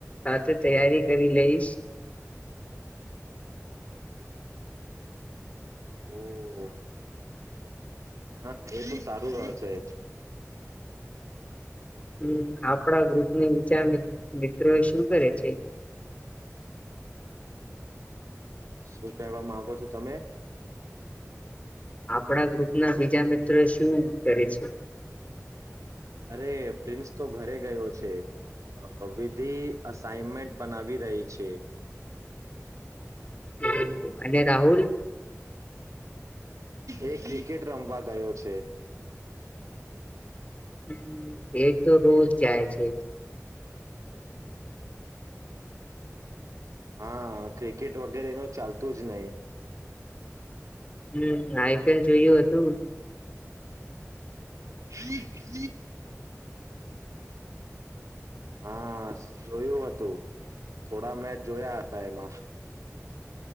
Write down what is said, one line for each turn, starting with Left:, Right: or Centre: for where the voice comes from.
Left: રાતે તૈયારી કરી લઈશ
Right: હમ્મ. હા એ બ સારું રહેશે.
Left: હમ આપણા ગ્રુપની વિચાર મિત્રો એ શું કરે છે.
Right: શું કેવા માંગો છો તમે?
Left: આપણા ગ્રુપ ના બીજા મિત્રો શું કરે છે.
Right: અરે પ્રિન્સ તો ઘરે ગયો છે વિધિ અસાઈનમેન્ટ બનાવી રહી છે.
Left: હ. અને રાહુલ
Right: એ ક્રિકેટ રમવા ગયો છે.
Left: હમ એ તો રોજ જાય છે.
Right: હા ક્રિકેટ વગેરે એનું ચાલતું જ નહી.
Left: હમ આઈપીએલ જોયું હતું.
Right: હ હ. હા જોયું હતું થોડા મેચ જોયા હતા એમાં